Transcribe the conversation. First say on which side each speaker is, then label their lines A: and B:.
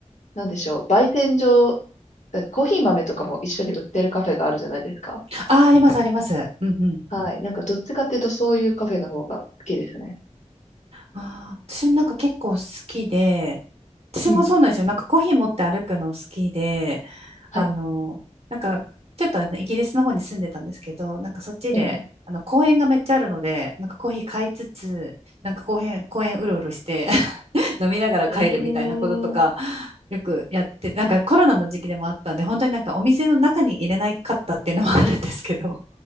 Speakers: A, on the left; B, on the right.
A: なんでしょう、焙煎所、コーヒー豆とかも一緒に売ってるカフェがあるじゃないですか。
B: ああ、あります、あります。うんうん。
A: はい。なんか、どっちかっていうと、そういうカフェの方が好きですね。
B: あー、私もなんか結構好きで、私もそうなんですよ。
A: うん。
B: なんかコーヒー持って歩くの好きで、
A: はい。
B: あの、なんかちょっとあのイギリスの方に住んでたんですけど、なんかそっちで、
A: うん。
B: あの公園がめっちゃあるので、なんかコーヒー買いつつ、なんか公園、公園うろうろして <laughs> 飲みながら帰るみたいなこととか、
A: ええ
B: よくやって、なんかコロナの時期でもあったんで、本当になんかお店の中に入れないかったっていうのもあるんですけど、